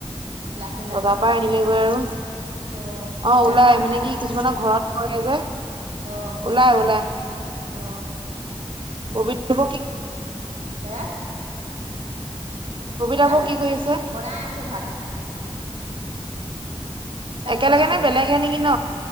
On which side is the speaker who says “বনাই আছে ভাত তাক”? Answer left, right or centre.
Right